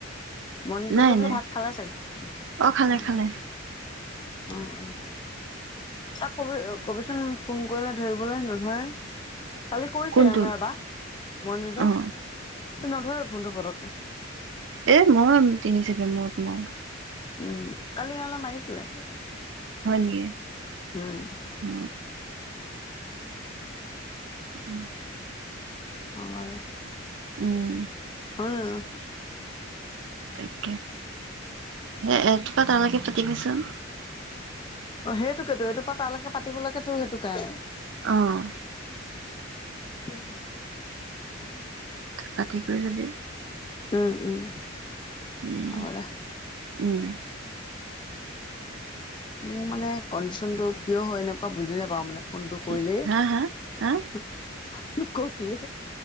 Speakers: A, on the left; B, on the right.
A: মন্দিৰতে
B: নাই,
A: বোলে
B: নাই
A: ভাত খালে চাগে।
B: অ', খালে,
A: উম
B: খালে
A: অ অ। তাক কবি <unintelligible> কবিচোন ফোন কৰিলে ধৰিবলৈ নোধৰে। খালি কৰিছে
B: কোনটো
A: এনে এবাৰ মন্দিৰটো।
B: অ',
A: সি নধৰে। ফোনটো ঘৰত নাই।
B: এ মোৰ তিনি চেকেণ্ড মনত নাই।
A: উম কালি ইয়ালে মাৰিছিলে।
B: হয় নেকি।
A: উম
B: অ। উম।
A: <unintelligible>
B: উম।
A: <unintelligible> <unintelligible> অ',
B: তাকে সেই এটোপা তালৈকে পাতিবিচোন
A: সেইটোকেতো এইটো পাতালৈকে পাতিবলৈকেটো সেইটোকাৰণে
B: অ',
A: <unintelligible>
B: <unintelligible> লৈ লবি
A: উম, উম।
B: উম,
A: হ'ব দে।
B: উম।
A: মোৰ মানে কণ্ডিচনটো কিয় হয়, এনেকুৱা বুজি নেপাওঁ মানে। ফোনটো
B: ঠিক
A: কৰিলেই
B: হা, হা, হা
A: ফোন কৰিলে